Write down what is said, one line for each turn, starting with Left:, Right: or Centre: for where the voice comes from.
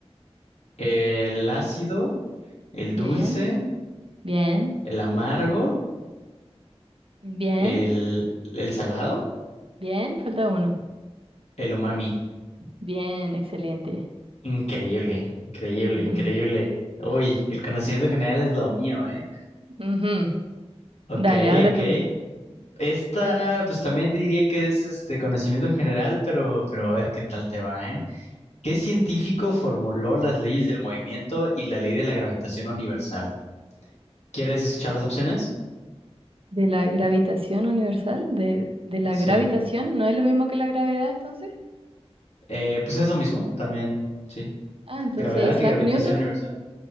Left: El ácido, el
Right: Bien,
Left: dulce,
Right: bien,
Left: el amargo,
Right: bien,
Left: el, el salado,
Right: bien, falta uno.
Left: el umami.
Right: Bien, excelente.
Left: Increíble, increíble,
Right: Ujú,
Left: increíble. Uy, el conocimiento general es lo mío, ¿eh?
Right: ujú.
Left: Ok,
Right: Dale, ahora
Left: ok.
Right: tú.
Left: Esta, pues también diría que es este conocimiento general, pero, pero a ver qué tal te va, ¿eh? ¿Qué científico formuló las leyes del movimiento y la ley de la gravitación universal? ¿Quieres escuchar las opciones?
Right: ¿De la gravitación universal? ¿De, de la
Left: Sí.
Right: gravitación? ¿No es lo mismo que la gravedad entonces?
Left: Eh, pues es lo mismo, también, sí.
Right: Ah, entonces
Left: Gravedad
Right: Isaac
Left: y gravitación
Right: Newton.
Left: universal.